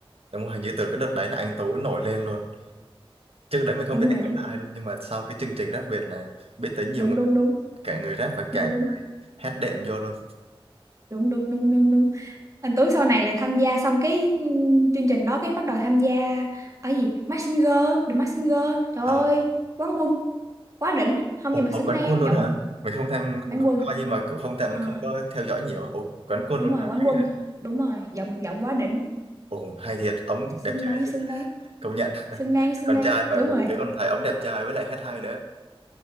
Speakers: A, on the right; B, on the right.
A: đúng rồi hình như từ cái đợt đấy là anh Tú nổi lên luôn trước đấy mình không
B: đúng
A: biết anh
B: rồi
A: Tú
B: đúng
A: là ai luôn nhưng mà sau cái chương trình Rap Việt này biết tới nhiều
B: đúng đúng đúng
A: cả người rap và cả
B: đúng
A: người hát đệm vô luôn
B: đúng đúng đúng đúng đúng đúng anh Tú sau này lại tham gia xong cái ừm, chương trình đó cái bắt đầu tham gia ở gì Mask Singer The Mask Singer trời
A: ờ
B: ơi quán quân quá đỉnh không
A: ồ
B: nhưng mà
A: ông
B: xứng
A: quán
B: đáng
A: quân luôn
B: giọng
A: hả mình không tham mình
B: quán
A: cũng
B: quân
A: coi nhưng mà cũng không tham
B: À.
A: không có theo dõi nhiều ồ quán quân
B: đúng
A: luôn
B: rồi
A: hả
B: quán
A: dữ
B: quân
A: vậy
B: đúng rồi giọng giọng quá đỉnh
A: ồ hay thiệt ông
B: xứng
A: đẹp trai
B: đáng
A: đấy
B: xứng
A: chứ.
B: đáng
A: công nhận
B: xứng
A: <laughs>
B: đáng xứng
A: con
B: đáng
A: trai mà
B: đúng
A: mình
B: rồi
A: thấy còn thấy ông đẹp trai với lại hát hay nữa